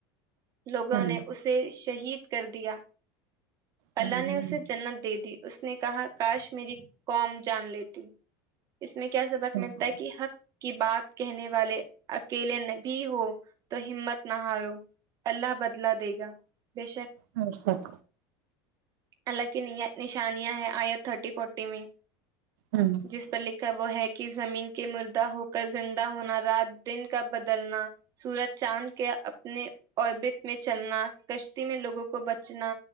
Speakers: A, on the right (about 40°); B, on the right (about 80°).
A: لوگوں
B: ہوں
A: نے اسے شہید کر دیا
B: ہوں
A: اللہ نے اسے جنت دے دی اس نے کہا کاش میری قوم جان لیتی اس میں کیا سبق
B: ہوں
A: ملتا ہے کہ حق کی بات کہنے والے اکیلے نہ بھی ہو تو ہمت نہ ہارو اللہ بدلا دے گا بے شک
B: ہم سب
A: اللہ کی نیا نشانیاں ہے آیت تھرٹی فورٹی میں
B: ہوں
A: جس پر لکھا وہ ہے کہ زمین کے مردا ہو کا زندہ ہونا رات دن کا بدلنا سورج چاند کے اپنے اوربٹ میں چلنا کشتی میں لوگوں کو بچنا